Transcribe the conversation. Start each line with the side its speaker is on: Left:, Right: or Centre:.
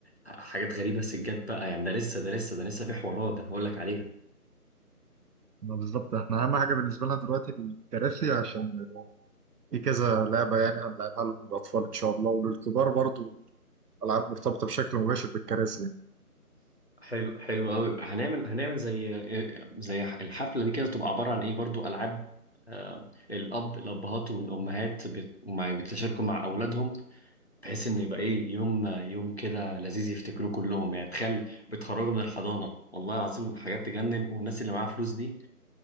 Left: حاجات غريبه سجاد بقى يعني ده لسه ده لسه ده لسه في حوارات ده انا هقول لك عليها
Right: ما بالظبط احنا اهم حاجه بالنسبه لنا دلوقتي الكراسي عشان في كذا لعبه يعني هنلعبها لهم للاطفال ان شاء الله وللكبار برضو العاب مرتبطه بشكل مباشر بالكراسي يعني.
Left: حلو حلو قوي هنعمل هنعمل زي زي الحفله دي كده تبقى عباره عن ايه برضو العاب آه، الاب الابهات والامهات بيت- ومع- بيتشاركوا مع اولادهم بحيث ان يبقى ايه يوم يوم كده لذيذ يفتكروه كلهم يعني تخيل بتخرجوا من الحضانه والله العظيم حاجات تجنن والناس اللي معاها فلوس دي